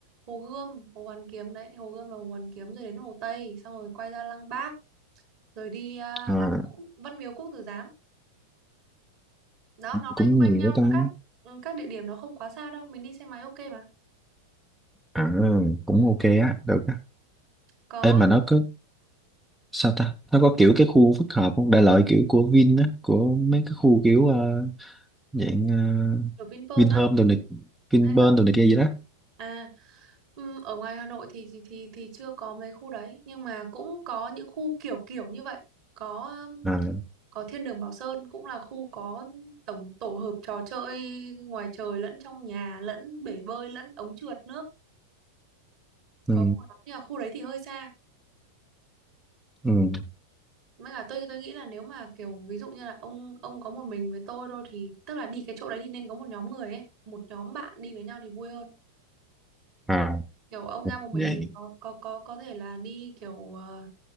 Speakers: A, on the right; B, in the centre.
A: Hồ Gươm, Hồ Hoàn Kiếm đấy, Hồ Gươm là Hồ Hoàn Kiếm rồi đến Hồ Tây, xong rồi quay ra Lăng Bác, rồi đi à,
B: À,
A: Văn Cũ- Văn Miếu Quốc Tử Giám. Đó nó loanh
B: cũng
A: quanh
B: nhiều
A: nhau
B: đó ta.
A: các ừ, các địa điểm nó không quá xa đâu, mình đi xe máy ok mà.
B: À, cũng
A: Ừ.
B: ok á, được á.
A: Có
B: Ê
A: à,
B: mà nó có sao ta? Nó có kiểu cái khu phức hợp không? Đại loại kiểu của Vin á, của mấy cái khu kiểu ờ, dạng ờ,
A: ở Vinpearl
B: Vinhome
A: á
B: đồ này, Vinpearl
A: hay là Vin-
B: đồ này kia gì đó.
A: À, ừm, ở ngoài Hà Nội thì thì thì chưa có mấy khu đấy nhưng mà cũng có những khu kiểu kiểu như vậy. Có
B: À,
A: có Thiên đường Bảo Sơn cũng là khu có tổng tổ hợp trò chơi ngoài trời lẫn trong nhà lẫn bể bơi lẫn ống trượt nước
B: ừ,
A: có khu đó nhưng mà khu đấy thì hơi xa
B: ừ.
A: mới cả tôi tôi nghĩ là nếu mà kiểu ví dụ như là ông ông có một mình với tôi thôi thì tức là đi cái chỗ đấy thì nên có một nhóm người ấy một nhóm bạn đi với nhau thì vui hơn
B: À,
A: kiểu ông ra một mình
B: vậy.
A: thì có có có có thể là đi kiểu ờ,